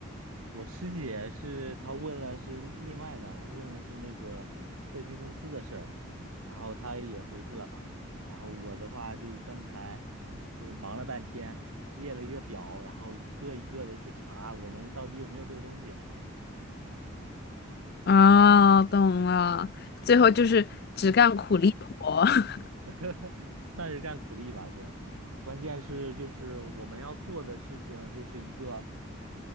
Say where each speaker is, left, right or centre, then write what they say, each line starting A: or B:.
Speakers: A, on the right; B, on the left.
A: 我师姐是她问了是另外的，她问了是那个社区公司的事儿，然后她也回复了吧。然后我的话就刚才就是忙了半天，列了一个表，然后一个一个的去查我们到底有没有这个东西。
B: 啊、懂了。最后就是只干苦力活，
A: 对，
B: <laughs>
A: <laughs> 算是干苦力吧。对，关键是就是我们要做的事情就是一个